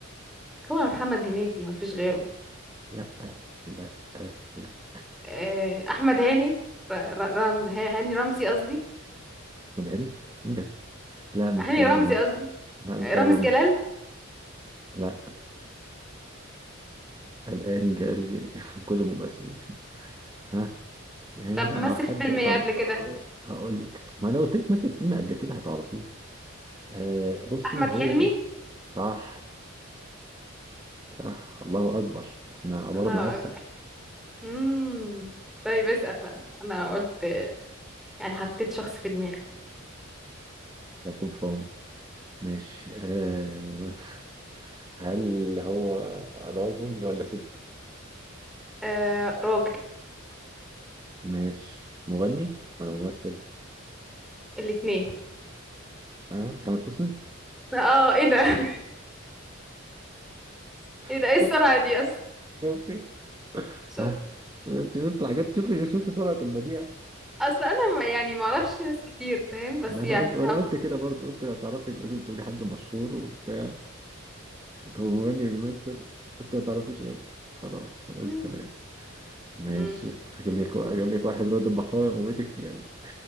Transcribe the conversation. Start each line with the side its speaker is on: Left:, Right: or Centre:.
Centre: هو محمد هنيدي مفيش غيره
Right: لا لا لا
Centre: آه أحمد هاني ر- ر- رمز هاني رمزي قصدي
Right: مدعني مين ده لا مش
Centre: هاني
Right: هاني
Centre: رمزي
Right: رمزي
Centre: قصدي
Right: لا
Centre: رامز
Right: مش هاني رمزي
Centre: جلال
Right: لا الآن جاري <laughs> كل الممثلين ها إيه
Centre: طب
Right: لا
Centre: مثل
Right: حد
Centre: في فيلم ايه
Right: طب
Centre: قبل
Right: آه،
Centre: كده
Right: هقول لك ما انا قلت لك مثل فيلم قبل كده هتعرفيه آه بصي
Centre: احمد
Right: هو
Centre: حلمي
Right: صح صح الله اكبر احنا عبارنا
Centre: لا
Right: اسهل
Centre: أكبر. امم طيب اسال بقى أنت. انا قلت يعني حطيت شخص في دماغي
Right: ده يكون فاون ماشي آه <laughs> هل هو راجل ولا ست
Centre: آه راجل
Right: ماشي مغني ولا ممثل
Centre: الاتنين
Right: ها تامر حسني
Centre: اه ايه ده <laughs>
Right: <laughs>
Centre: ايه ده ايه السرعه
Right: شفت
Centre: دي اصلا
Right: شفت
Centre: شوف
Right: ها بتطلع جت شوفي شوفي سرعة البديع
Centre: اصل انا ما يعني ما اعرفش ناس كتير فاهم بس
Right: ما انا
Centre: يعني
Right: قلت ما انا
Centre: ها
Right: قلت كده برضه قلت هتعرفي لازم تقولي حد مشهور وبتاع طب مغني بيمثل قلت ما تعرفيش غير خلاص فقلت
Centre: مم.
Right: تمام ماشي
Centre: مم.
Right: هجيب لك هجيب لك واحد رد البحراوي موتك فيه يعني